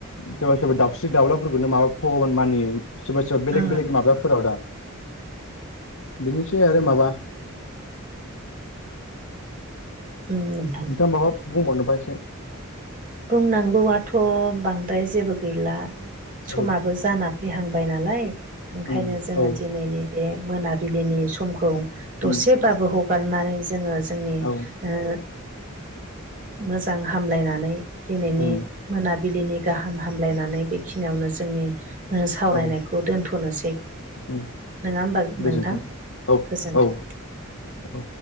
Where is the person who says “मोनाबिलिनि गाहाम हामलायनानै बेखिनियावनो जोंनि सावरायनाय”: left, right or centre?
Right